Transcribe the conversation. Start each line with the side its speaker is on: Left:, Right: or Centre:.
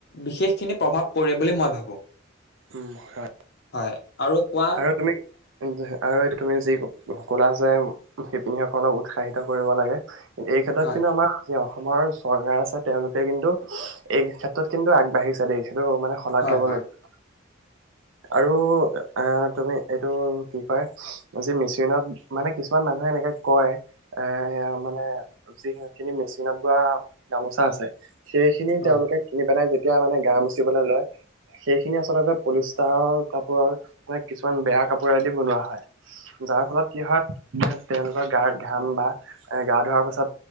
Left: বিশেষ খিনি প্ৰভাৱ পৰে বুলি মই ভাবোঁ।
Right: উম হয়
Left: হয়, আৰু। কোৱা
Right: আৰু তুমি আৰু এইটো তুমি যি কলা যে শিপিনীসকলক উৎসাহিত কৰিব লাগে। এই ক্ষেত্ৰত
Left: হয়
Right: কিন্তু আমাৰ অস অসমৰ চৰকাৰ আছে তেওঁলোকে কিন্তু এই ক্ষেত্ৰত কিন্তু আগবাঢ়িছে দেই। সেইটো মানে শলাগ
Left: হয়
Right: ল'বলগীয়া
Left: হয়
Right: আৰু অহ তুমি এইটো কি কয় যি মেচিনত মানে কিছুমান মানুহে এনেকে কয় এ মানে যি খিনি মেচিনত বোৱা গামোচা আছে সেইখিনি
Left: হয়
Right: তেওঁলোকে কিনি পেলাই যে তিয়া মানে গা মচিবলৈ লয় সেইখিনি আচলতে পলিষ্টাৰৰ কাপোৰৰ মে কিছুমান বেয়া কাপোৰেদি বনোৱা হয়, যাৰ ফলত কি হয় তেওঁলোকৰ গাৰ ঘাম বা এ গা ধোৱাৰ পাছত